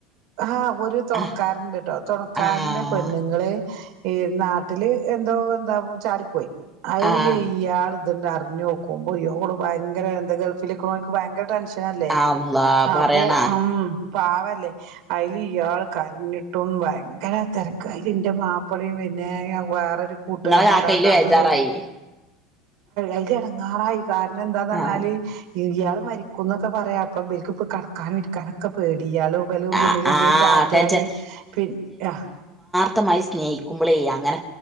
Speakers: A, on the right (about 60°); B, in the centre.
A: ആ ഒരു തൊണൾൺക്കാരണ്ട്ട്ടോ
B: ആഹ്
A: തുണക്കാരന്റെ
B: ആഹ്
A: പെണ്ണിങ്ങള് ഈ നാട്ടില് എന്തോ എന്താ ചാടിപ്പോയി അയില്
B: ആഹ്
A: ഇയാള് ഇതിണ്ടർഞ്ഞോക്കുമ്പോ ഇയോള് ഭയ്ങ്കര എന്ത് ഗൾഫിലിക്ക്ണോൽക്ക് ഭയ്ങ്ക്ര ടെൻഷ് ല്ലേ
B: അള്ളാ പറയണ
A: അപ്പൊ ഉം പാവല്ലേ അതിൽ ഇയാൾ കഞ്ഞിട്ടും ഭയങ്കര തിരക്ക അൽ എന്റെ മാപ്പ അപ്പഴും പിന്നെ വേറരു കൂട്ടുകാരന
B: ഇങ്ങളെ കാക്കയില്
A: ഉണ്ടായിുന്ന
B: ബേജാറായി
A: അതുകണ്ട് അതി ഇടങ്ങാറായി കാരണം എന്താന്ന്ഞ്ഞാല്
B: ആഹ്
A: ഇയാൾ മരിക്കും എന്നൊക്കെ പറയാ അപ്പ കടക്കാനും ഇരിക്കാനൊക്കെ പേടി അടിയാല റൂമിൽ
B: ആ ആ
A: എന്തേലും കാട്ടിയല്
B: ടെൻഷൻ
A: പിന്നെ ആ
B: ശമായി സ്നേഹിക്കുമ്പോളേ അങ്ങനെ